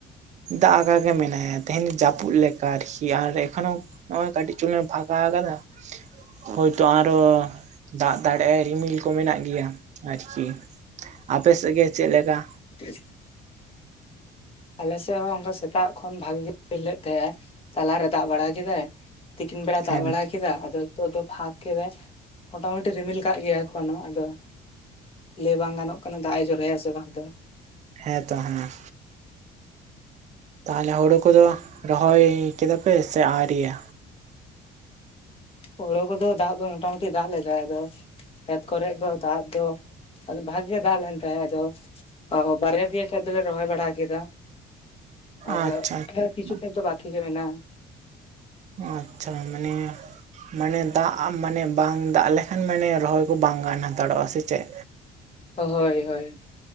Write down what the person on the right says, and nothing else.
ᱫᱟᱜᱟᱠᱟ ᱜᱮ ᱢᱮᱱᱟᱭᱟ ᱛᱮᱦᱮᱸᱧ ᱡᱟᱹᱯᱩᱫ ᱞᱮᱠᱟ ᱟᱨᱠᱤ ᱟᱨ ᱮᱠᱷᱚᱱᱳ ᱱᱚᱸᱜᱼᱚᱭ ᱠᱟᱹᱴᱤᱡ ᱪᱩᱱᱮ ᱯᱷᱟᱸᱠᱟ ᱟᱠᱟᱫᱟ᱾ ᱦᱳᱭᱛᱳ ᱟᱨᱚ ᱫᱟᱜ ᱫᱟᱲᱮᱟᱭ ᱨᱤᱢᱤᱞ ᱠᱚ ᱢᱮᱱᱟᱜ ᱜᱮᱭᱟ ᱟᱨᱠᱤ᱾ ᱟᱯᱮ ᱥᱮᱫ ᱜᱮ ᱪᱮᱫ ᱞᱮᱠᱟ?
ᱦᱮᱸ
ᱦᱮᱸᱛᱚ ᱦᱟᱸᱜ᱾ ᱛᱟᱦᱞᱮ ᱦᱩᱲᱩ ᱠᱚᱫᱚ ᱨᱚᱦᱚᱭ ᱠᱮᱫᱟᱯᱮ ᱥᱮ ᱟᱣᱨᱤᱭᱟ?
ᱟᱪᱪᱷᱟ ᱟᱪᱪᱷᱟ
ᱟᱪᱪᱷᱟ ᱢᱟᱱᱮ, ᱢᱟᱱᱮ ᱫᱟᱜ ᱢᱟᱱᱮ ᱵᱟᱝ ᱫᱟᱜ ᱞᱮᱠᱷᱟᱱ ᱢᱟᱱᱮ ᱨᱚᱦᱚᱭ ᱠᱚ ᱵᱟᱝ ᱜᱟᱱ ᱦᱟᱛᱟᱲᱚᱜᱼᱟ ᱥᱮ ᱪᱮᱫ?